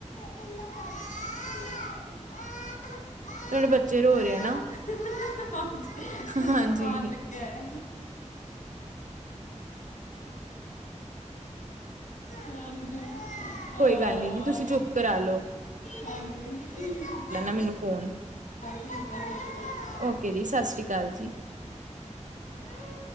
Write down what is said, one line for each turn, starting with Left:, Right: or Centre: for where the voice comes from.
Left: <unintelligible>
Right: ਤੁਹਾਡੇ ਬੱਚੇ ਰੋ ਰਹੇ ਆ ਨਾ ਹਾਂਜੀ
Left: <unintelligible> ਕਿਆ ਹੈ ਹਾਂਜੀ ਹਾਂ
Right: ਕੋਈ ਗੱਲ ਨਹੀਂ ਜੀ ਤੁਸੀਂ ਚੁੱਪ ਕਰਾ ਲੋਓ।
Left: ਹਾਂਜੀ, ਚਲੋ
Right: ਮੈਨੂੰ ਫੋਨ
Left: ਠੀਕ ਐ, ਠੀਕ ਐ ਜੀ।
Right: ਓਕੇ ਜੀ, ਸਾਸਰੀ ਕਾਲ ਜੀ।
Left: ਹੈ